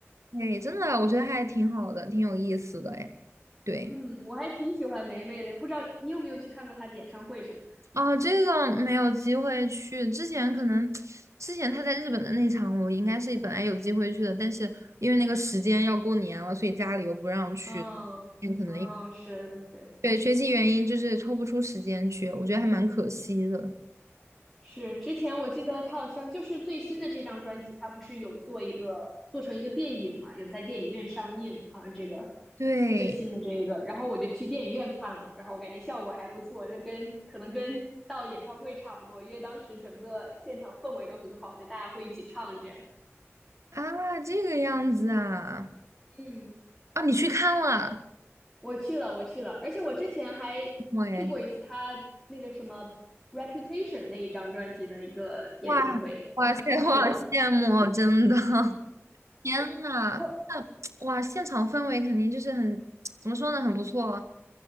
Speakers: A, on the right (about 85°); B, in the centre.
A: 对，真的，我觉得还挺好的，挺有意思的哎。对，
B: 嗯，我还挺喜欢霉霉的，不知道你有没有去看过她的演唱会什么的？
A: 哦，这个没有机会去，之前可能之前他在日本的那场，我应该是本来有机会去的，但是因为那个时间要过年了，所以家里又不让去，
B: 嗯嗯，
A: 可能。
B: 是是
A: 对，学习原因就是抽不出时间去，我觉得还蛮可惜的。
B: 是，之前我记得她好像就是最新的这张专辑，她不是有做一个做成一个电影嘛，有在电影院上映，好像这个
A: 对
B: 最新的这个，然后我就去电影院看了，然后我感觉效果还不错，这跟可能跟到演唱会差不多，因为当时整个现场氛围都很好，就大家会一起唱这样。
A: 啊，这个样子啊，
B: 嗯，
A: 啊，你去看了？
B: 我去了，我去了，而且我之前还
A: 喂，
B: 去过一次他那个什么《Reputation》那一张专辑的一个演唱会。
A: 哇 <laughs> 哇塞，
B: 嗯，是的，
A: 我好羡慕哦真的，<laughs> 天呐，
B: 哦
A: 那哇，现场氛围肯定就是很，怎么说呢，很不错，